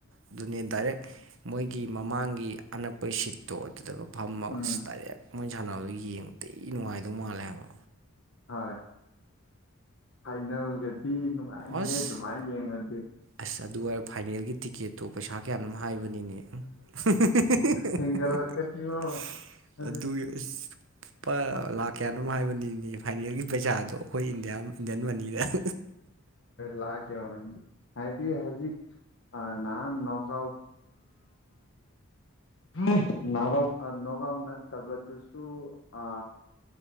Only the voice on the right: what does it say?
ꯑꯗꯨꯅꯦ ꯗꯥꯏꯔꯦꯛ ꯃꯣꯏꯒꯤ ꯃꯃꯥꯡꯒꯤ ꯑꯅꯛꯄ ꯁꯤꯠꯇꯣ ꯑꯗꯨꯗꯒ ꯐꯝꯃꯒ
ꯑꯁ ꯗꯥꯏꯔꯦꯛ ꯃꯣꯏ ꯁꯥꯟꯅꯕꯗꯣ ꯌꯦꯡꯕ ꯊꯤ ꯅꯨꯡꯉꯥꯏꯗꯧ ꯃꯥꯜꯂꯦ ꯍꯥꯏꯕ
ꯑꯁ
ꯑꯁ ꯑꯗꯨ ꯍꯥꯏꯔ ꯐꯥꯏꯅꯦꯜꯒꯤ ꯇꯤꯀꯦꯠꯇꯣ ꯄꯩꯁꯥ ꯀꯌꯥꯅꯣꯝ ꯍꯥꯏꯕ ꯍꯥꯏꯕꯅꯤꯅꯦ <unintelligible>
ꯑꯗꯨ ꯏꯁ ꯂꯨꯄꯥ ꯂꯥꯛ ꯀꯌꯥꯅꯣꯝ ꯍꯥꯏꯕꯅꯤꯅꯦ ꯐꯥꯏꯅꯦꯜꯒꯤ ꯄꯩꯁꯥꯗꯣ ꯑꯩꯈꯣꯏ ꯏꯟꯗꯤꯌꯥ ꯃꯥ ꯏꯟꯗꯤꯌꯟ ꯃꯅꯤꯗ <unintelligible>